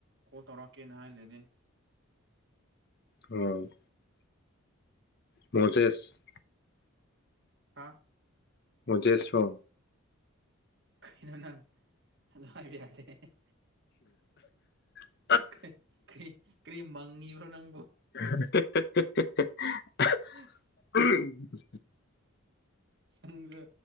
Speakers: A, on the right; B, on the left.
A: ꯀꯣꯜ ꯇꯧꯔꯛꯀꯦꯅ ꯍꯥꯏ ꯂꯩꯔꯦꯅꯤ꯫
B: ꯎꯝ꯫ ꯃꯣꯖꯦꯁ꯫
A: ꯍꯥꯥ꯫
B: ꯃꯣꯖꯦꯁ ꯔꯣ꯫
A: ꯍꯤꯅꯣ ꯅꯪ ꯑꯗꯨ ꯍꯥꯏꯕ ꯌꯥꯥꯗꯦ ꯍꯦꯍꯦ꯫
B: ꯎꯝ꯫
A: ꯀꯩ ꯀ꯭ꯔꯤ ꯀ꯭ꯔꯤ ꯃꯪꯉꯤꯕ꯭ꯔꯣ ꯅꯪꯕꯣ꯫
B: <unintelligible>
A: ꯌꯥꯍ꯫
B: ꯑꯎꯝ꯫
A: ꯅꯪꯖꯨ